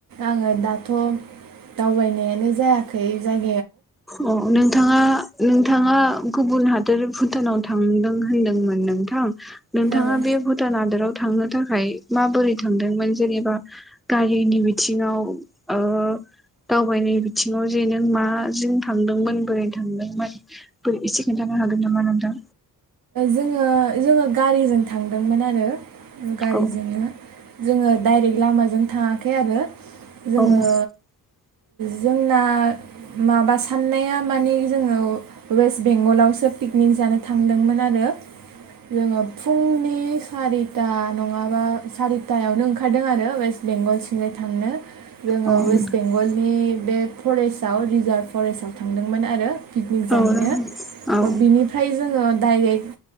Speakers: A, on the right; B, in the centre.
A: आङो दाथ' दावबायनायानो जायाखै जाय
B: औ नोंथाङा नोंथाङा गुबुन हादोर भुटानाव थांदों होनदोंमोन नोंथां नोंथाङा
A: औ
B: बे भुटान हादोराव थांनो थाखाय माबोरै थांदोंमोन जेनेबा गारिनि बिथिङाव ओ दावबायनाय बिथिङाव जे नों मा जों थांदोंमोन बोरै थांदोंमोन एसे खिन्थानो हागोन नामा नोंथां?
A: जोङो जोङो गारिजों थांदोंमोन आरो गारिजोंनो-
B: औ
A: जोङो दाइरेक्ट लामाजों थाङाखै आरो जोङो
B: औ <inaudible>
A: जोंना माबा साननाया मानि जोङो वेस्ट बेंगलावसो पिकनिक जा थांदोंमोन आरो जोंङो फुं
B: <inaudible>
A: सारिथा नङाबा सारिथायावनो ओंखारदों आरो वेस्ट बेंगलथिंजाय थांनो जोंओ
B: औ
A: अयेस्त बेंगलनि बे फरेसाव रिजार्व फरेस्ताव थांदोंमोन आरो पिकनिक जाहैनो
B: औ औ
A: बिनिफ्राय जोंओ डायरेक्ट